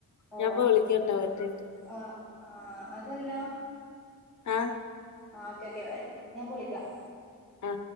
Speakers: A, in the centre; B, on the left.
A: ഓ
B: ഞാപ്പൊ വിളിക്കാട്ടോ ഒറ്റൻറ്റ്
A: ആ ആ അതല്ല
B: ആ
A: ആ ഓക്കെ ഓക്കെ ബൈ ഞാപ്പൊ വിളിക്കാ
B: അ